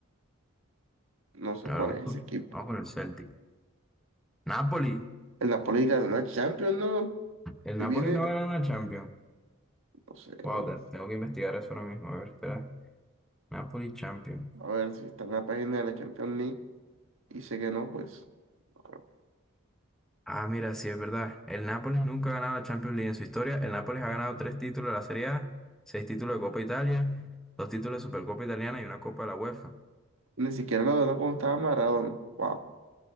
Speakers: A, on the right (about 70°); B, in the centre.
A: No sé
B: Ahora
A: cuál
B: vamos
A: es ese
B: con,
A: equipo.
B: vamos con el Celtic. Napoli.
A: El Napoli ganó una Champions, ¿no?
B: El
A: Estoy
B: Napoli
A: viene,
B: no gana una Champions.
A: no sé, bro.
B: Wow, te- tengo que investigar eso ahora mismo. A ver, espera. Napoli Champions.
A: A ver si está en la página de la Champions League y sé que no, pues. no creo.
B: Ah, mira, sí, es verdad. El Napoli nunca ha ganado la Champions League en su historia. El Napoli ha ganado tres títulos de la Serie A, seis títulos de Copa Italia, dos títulos de Supercopa Italiana y una Copa de la UEFA.
A: Ni siquiera lo ganó cuando estaba Maradona. Wow.